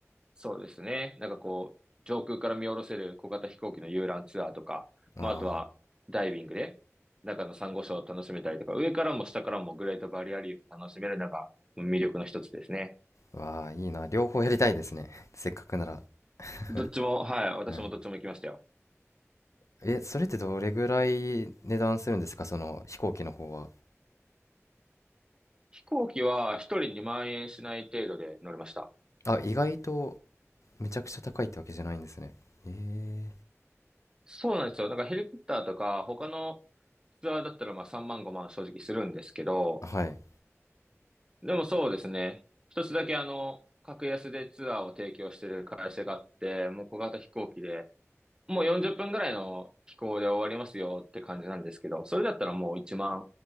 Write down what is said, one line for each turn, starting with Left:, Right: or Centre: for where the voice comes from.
Right: そうですね、なんかこう、上空から見下ろせる小型飛行機の遊覧ツアーとか、
Left: あ
Right: まああとはダイビングで中のサンゴ礁を楽しめたりとか、上からも下からもグレートバリアリーフ楽しめるのが魅力の一つですね。
Left: ー、わあ、いいな。両方やりたいですね。<laughs> せっかくなら。
Right: どっちも、
Left: <laughs>
Right: はい、私もどっちも行きましたよ。
Left: はい。え、それってどれぐらい値段するんですかその飛行機の方は。
Right: 飛行機は一人2万円しない程度で乗りました。
Left: あ、意外とめちゃくちゃ高いってわけじゃないんですね。え
Right: そうなんですよ。なんかヘリコプターとか他のツアーだったらまあ3万5万正直するんですけど、
Left: ー、はい。
Right: でもそうですね。一つだけあの、格安でツアーを提供してる会社があって、もう小型飛行機で、もう40分ぐらいの飛行で終わりますよって感じなんですけど、それだったらもう1万